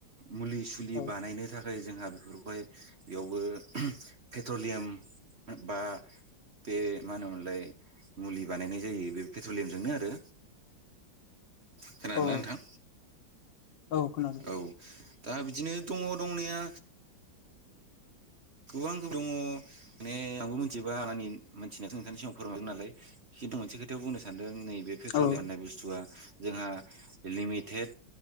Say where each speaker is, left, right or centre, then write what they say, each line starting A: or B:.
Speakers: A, on the right; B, on the left.
A: मुलि सुलि
B: औ
A: बानायनो थाखाय जोंहा बेफोरखौहाय बेयावबो पेट्रलियाम बा बे मा होनोमोनलाय मुलि बानायनाय जायो बे पेट्रलियामजोंनो आरो खोनादोंना
B: औ
A: नोंथां
B: औ खोनादों
A: औ दा बिदिनो दङ दंनाया गोबां गो दङ माने आंबो मिथिजोबा आंनि मानसिनाथ' नोंथांनि सिगाङाव फोरोंरोन नालाय खिनथु मोनसे खोथायाव बुंनो सानदों नैबे पेट्रलियाम
B: औ
A: होननाय बुसथुया जोंहा लिमिटेड